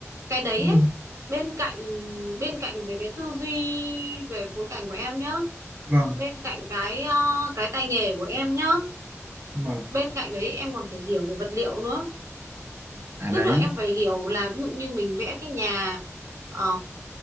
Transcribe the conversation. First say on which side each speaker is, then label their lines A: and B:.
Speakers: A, on the right (about 70°); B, on the right (about 40°).
A: cái đấy
B: Ừ.
A: ấy, bên cạnh bên cạnh về cái tư duy về phối cảnh của em nhá
B: vâng
A: bên cạnh cái ờ, cái tay nghề của em nhá
B: mà
A: bên cạnh đấy em còn phải hiểu về vật liệu nữa
B: à
A: tức
B: đấy
A: là em phải hiểu là ví dụ như mình vẽ cái nhà ờ,